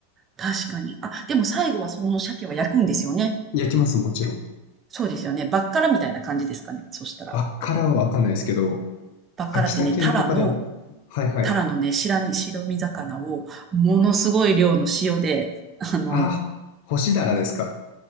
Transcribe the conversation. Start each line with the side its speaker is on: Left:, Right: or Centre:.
Right: 確かに。あ、でも最後はその鮭は焼くんですよね。
Left: 焼きます、もちろん。
Right: そうですよね。バッカラみたいな感じですかね。そしたら。
Left: バッカラはわかんないですけど、
Right: バッカラってね、
Left: 秋田県とかでは、
Right: タラの、
Left: はいはい。
Right: タラのね、白身、白身魚をものすごい量の塩で、あの、
Left: ああ、干しだらですか。